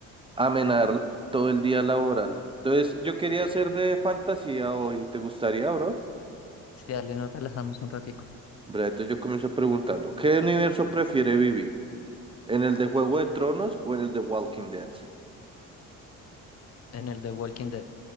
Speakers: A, on the right; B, on the left.
A: amenar todo el día laboral. Entonces, yo quería hacer de fantasía hoy. ¿Te gustaría, bro?
B: Sí, dale, nos relajamos un ratico
A: Bre, entonces yo comienzo preguntando, ¿qué universo prefiere vivir? ¿En el de Juego de Tronos o en el de Walking Dead?
B: en el de Walking Dead.